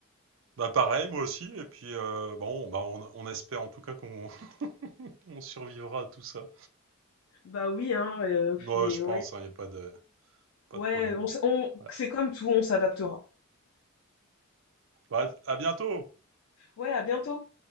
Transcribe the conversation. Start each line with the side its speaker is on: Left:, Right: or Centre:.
Right: Bah, pareil, moi aussi. Et puis, euh, bon, bah, on, on espère en tout cas qu'on <laughs> on survivra à tout ça.
Left: Bah oui hein euh,
Right: Non,
Left: mais
Right: je
Left: ouais.
Right: pense, hein, il n'y a pas de, pas
Left: Ouais,
Right: de problème.
Left: on, s- on-
Right: Voilà.
Left: c'est comme tout, on s'adaptera.
Right: Bah, à bientôt!
Left: Ouais, à bientôt.